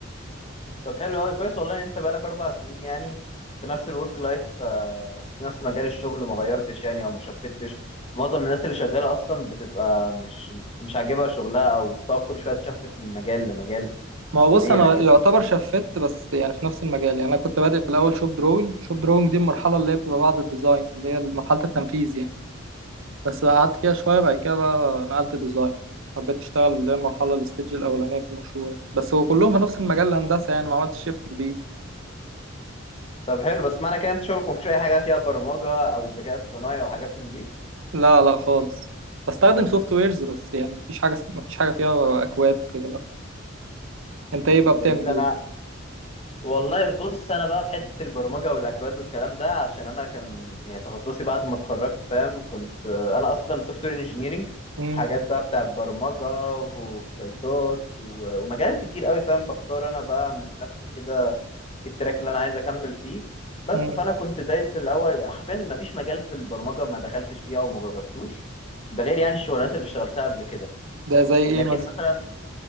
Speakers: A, on the left; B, on the right.
A: طب حلو أوي كويس والله إن أنت بقالك أربع سنين يعني في نفس الورك لايف في نفس مجال الشغل ما غيرتش يعني أو ما شفتش معظم الناس اللي شغالة أصلا بتبقى مش مش عاجبها شغلها أو بتقعد كل شوية تشفت من مجال لمجال
B: ما هو
A: وليلة
B: بص انا
A: كده
B: يعتبر شفت بس يعني في نفس المجال يعني انا كنت بادئ في الاول شوب دروينج شوب دروينج دي المرحله اللي هي بتبقى بعد الديزاين اللي هي مرحله التنفيذ يعني بس قعدت فيها شوية بعد كده بقى نقلت ديزاين حبيت اشتغل اللي هي المرحلة الستيج الأولانية في المشروع بس هو كلهم في نفس المجال الهندسة يعني ما عملتش شيفت كبير
A: طب حلو بس معنى كده انت شغلك مفيهوش اي حاجه فيها برمجه او ذكاء اصطناعي او حاجات من دي
B: لا لا خالص بستخدم سوفت ويرز بس يعني مفيش حاجة اسم- مفيش حاجة فيها أكواد وكده لا أنت إيه
A: طب
B: بقى بتعمل
A: جميل انا
B: إيه؟
A: والله بص انا بقى في حته البرمجه والاكواد والكلام ده عشان انا كان يعني تخصصي بعد ما اتخرجت فاهم كنت آه، انا اصلا سوفت وير انجينيرنج
B: مم.
A: حاجات بقى بتاع برمجه وبسيطات و- ومجالات كتير قوي فاهم بختار انا بقى من نفسي كده التراك اللي انا عايز اكمل فيه بس
B: مم.
A: فانا كنت دايس الاول يعني حرفيا مفيش مجال في البرمجه ما دخلتش فيه او ما جربتوش ده غير يعني الشغلانات اللي اشتغلتها قبل كده
B: ده زي
A: لكن
B: إيه مثلا؟
A: مثلا